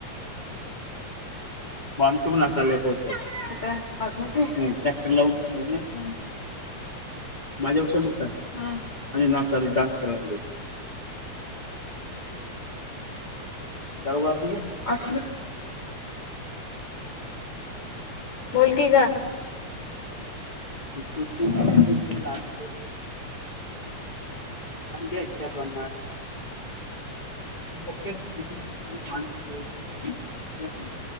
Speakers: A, on the left (about 15°); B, on the left (about 75°).
A: <unintelligible> माझ्या पेक्षा मोठा हाय आणि नाचालाय डान्स करालाय. गारा गोळा केली असं हो
B: बोल की गं.
A: <inaudible> आंब्याच्या बनात पाणी <unintelligible>